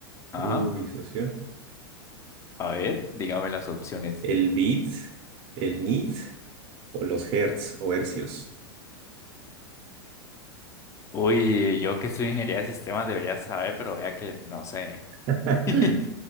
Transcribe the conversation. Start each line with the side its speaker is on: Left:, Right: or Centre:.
Left: Ah,
Right: Uy, socio.
Left: a ver, dígame las opciones.
Right: ¿El bit, el nit o los hertz o hercios?
Left: Uy, yo que soy ingeniería de sistemas debería saber, pero vea que no sé.
Right: <laughs>
Left: <laughs>
Right: A